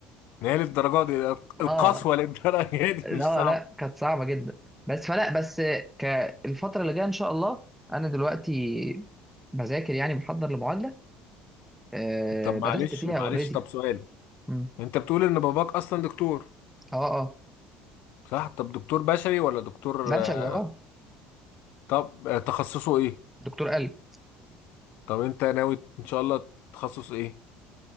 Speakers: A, on the left (about 65°); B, in the centre.
A: ما هي للدرجه دي القسوه
B: اه
A: للدرجه دي
B: لا
A: <laughs> مش صعبه
B: لا كانت صعبه جدا بس فلا بس كالفتره اللي جايه ان شاء الله انا دلوقتي بذاكر يعني بحضر لمعادله آه
A: طب
B: بدات
A: معلش
B: فيها
A: معلش
B: اوريدي
A: طب سؤال
B: اه
A: انت بتقول ان باباك اصلا دكتور
B: اه
A: صح طب دكتور بشري ولا دكتور
B: بشري
A: آه،
B: اه
A: طب آه، تخصصه ايه
B: دكتور قلب
A: طب انت ناوي ان شاء الله تخصص ايه